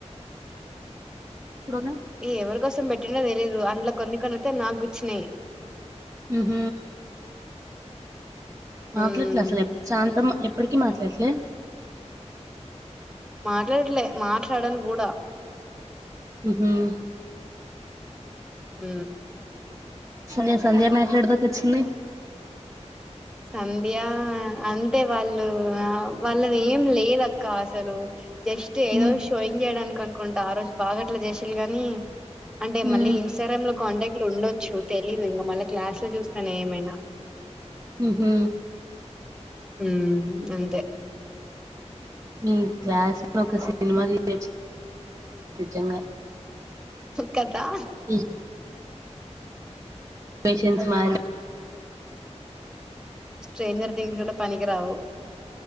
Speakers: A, on the right; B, in the centre.
A: ఇప్పుడునా?
B: ఇ ఎవరు కోసం పెట్టినా తెలియదు అందులో కొన్ని కొనితే నాకుచ్చినాయి
A: ఓహ మాట్లాట్లే
B: మ్మ్
A: అసలు ఎప్ప సాయంత్రం ఎప్పటికీ మాట్లా ఎట్లే
B: మాట్లాడలే మాట్లాడన్ కూడా
A: ఓహ
B: ఉ
A: సంధ్య సంధ్య మ్యాటర్ ఏడి దాక వచ్చింది
B: సంధ్య అంతే వాళ్ళు వాళ్ళ ఏం లేదక్క అసలు జస్ట్ ఏదో
A: ఉమ్,
B: షోయింగ్ చేయడానికి అను కుంట ఆ రోజు బాగాట్లా చేసిలు గాని అంటే
A: ఉమ్,
B: మళ్ళీ ఇన్స్ట్రాగ్రామ్ లో కాంటాక్ట్లు ఉండొచ్చు తెలీదు ఇంక మళ్ళ క్లాస్ ఎటు చూస్తా నేమైనా
A: ఉహు
B: ఉ అంతే
A: మీ క్లాస్ లో ఒక సినిమా తీయొచ్చు నిజంగా
B: కదా
A: ఈ పేషన్స్ మైండ్
B: స్ట్రేయింజర్ థింగ్స్ కూడా పనికి రావు